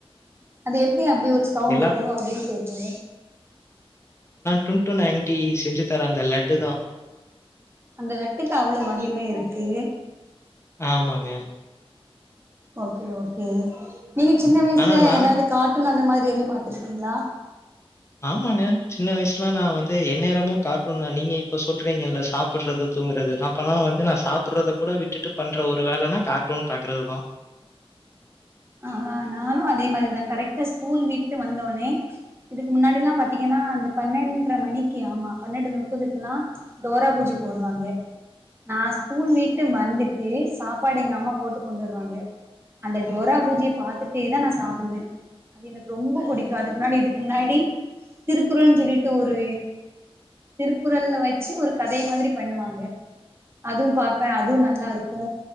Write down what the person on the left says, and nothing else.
எல்லா
டூன்டுன் ஆன்டி செஞ்சு தர அந்த லட்டுதா
ஆமாங்க
ஆனா நான்
ஆமாங்க சின்ன வயசுலா நா வந்து என் நேரமு கார்ட்டூன் தா நீங்க இப்ப சொல்றீங்க இல்ல சாப்பறது தூங்கறது அப்பல்லா வந்து நான் சாப்பறத கூட விட்டுட்டு பண்ற ஒரு வேலனா கார்ட்டூன் பாக்குறதுதா